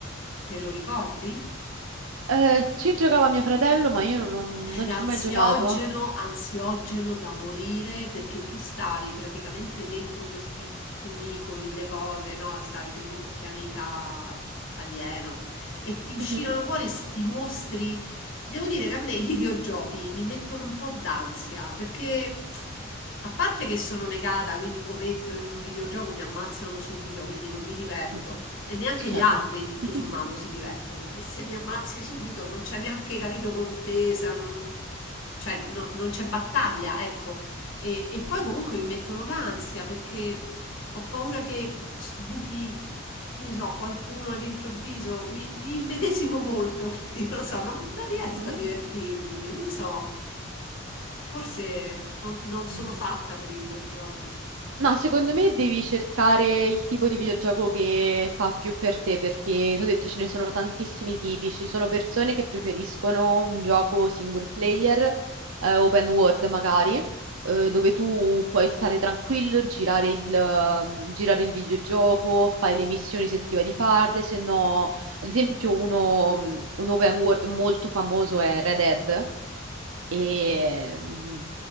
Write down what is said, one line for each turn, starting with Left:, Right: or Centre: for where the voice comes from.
Left: Te lo ricordi?
Right: Eh, ci giocava mio fratello, ma io non, ho-
Left: Era
Right: non ci
Left: ansiogeno,
Right: ho mai giocato.
Left: ansiogeno da morire perché tu stavi praticamente dentro questi cunicoli, le cose, no? Stavi, credo, un pianeta alieno e ti uscivano
Right: Mhm,
Left: fuori sti mostri Devo dire che a me i <laughs> videogiochi mi mettono un po' d'ansia perché a parte che sono negata, quindi come entro in un videogioco mi ammazzano subito, quindi non mi diverto
Right: mhm,
Left: e neanche
Right: Certo.
Left: gli altri tutto
Right: <laughs>
Left: sommato si divertono perché se mi ammazzi subito non c'è neanche capito contesa, non, cioè no- non c'è battaglia, ecco. E, e poi comunque mi mettono l'ansia perché ho paura che sbuchi che ne so, qualcuno all'improvviso mi, mi immedesimo molto, <laughs> quindi non lo so, non, non riesco
Right: Mhm.
Left: a divertirmi, non lo so, forse non, non sono
Right: Mm.
Left: fatta per i videogiochi.
Right: Ma secondo me devi cercare il tipo di videogioco che fa più per te, perché ti ho detto ce ne sono tantissimi tipi. Ci sono persone che preferiscono un gioco single player, eh, open world magari, eh, dove tu puoi stare tranquillo, girare il, ehm, girare il videogioco, fai le missioni se ti va di farle, se no, ad esempio uno, mm, un open world molto famoso è Red Dead. E, mm,